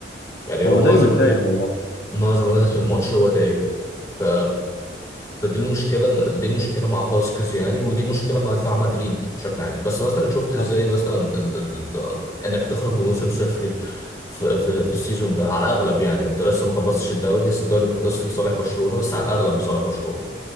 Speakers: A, on the left (about 20°); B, on the left (about 65°).
A: يعني هو
B: هو
A: معظم
B: دايما تايه والله
A: معظم الوقت في الماتش هو دقايق ف فدي المشكله دي المشكله مع فاسكيز يعني ودي المشكله مع دفاع مدريد بشكل عام بس مثلا شفت ازاي
B: حصل
A: مثلا ال... ال... انك تخرج بموسم صفري في... في... في السيزون ده على الاغلب يعني انت لسه ما خلصتش الدوري لسه الدوري ما خلصش لصالح برشلونه بس على الاغلب لصالح برشلونه